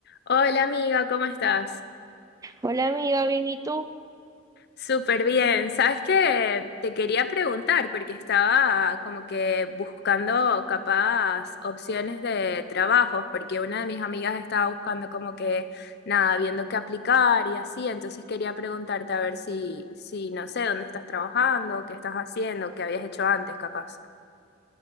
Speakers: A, on the left; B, on the right.
A: Hola amiga, ¿cómo estás?
B: Hola amiga, bien, ¿y tú?
A: Súper bien. ¿Sabes qué? Te quería preguntar porque estaba como que buscando capaz opciones de trabajos porque una de mis amigas estaba buscando como que nada, viendo qué aplicar y así, entonces quería preguntarte a ver si, si no sé, dónde estás trabajando, qué estás haciendo, qué habías hecho antes capaz.